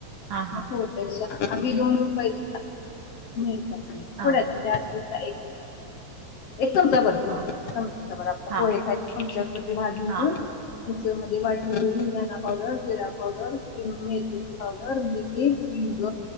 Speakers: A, on the right; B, on the left.
A: हा हा
B: <unintelligible> आधि दोन रुपयच्या <unintelligible>
A: हा.
B: आधिचा एक -- एक चमचाभर थोडस
A: हा
B: चमचाभर आपलं
A: हा
B: पोहे खायचा चमचा तो भाजून
A: हा
B: घेवुन -- मिक्सर मध्ये वाटुन घेऊन. धना पावडर, जिरा पावडर कि मेथिची पावडर <unintelligible> हिंग,